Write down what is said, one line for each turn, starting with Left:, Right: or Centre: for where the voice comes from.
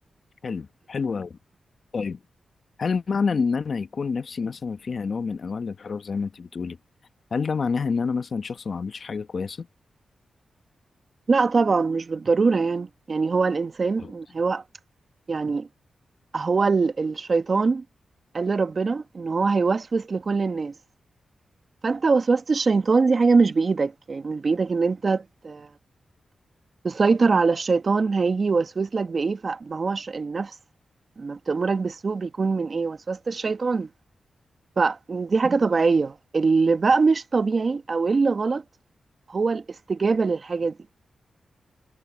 Left: حلو حلو أوي. طيب هل معنى ان انا يكون نفسي مثلا فيها نوع من انواع الانحراف زي ما انت بتقولي هل ده معناها ان انا مثلا شخص ما عملش حاجه كويسه
Right: لا طبعا مش بالضرورة يعني يعني هو الانسان
Left: بالظبط.
Right: هو يعني هو ال- الشيطان قال لربنا ان هو هيوسوس لكل الناس فانت وسوسة الشيطان دي حاجة مش بايدك يعني مش بايدك ان انت ت- تسيطر على الشيطان هيجي يوسوس لك بايه فما هو الش- النفس ما بتأمرك بالسوء بيكون من ايه وسوسة الشيطان فدي حاجة طبيعية اللي بقى مش طبيعي او اللي غلط هو الاستجابة للحاجة دي